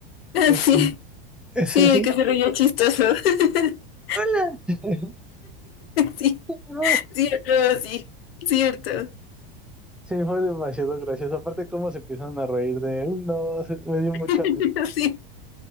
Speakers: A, on the left; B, in the centre.
A: <laughs>
B: eh,
A: Sí,
B: ese
A: sí,
B: sí.
A: que se veía chistoso. <laughs>
B: Hola. <laughs>
A: Sí,
B: Dios.
A: cierto, sí, cierto.
B: Sí, fue demasiado gracioso. Aparte, cómo se empiezan a reír de él, no, se- me dio mucha
A: <laughs>
B: risa.
A: Sí.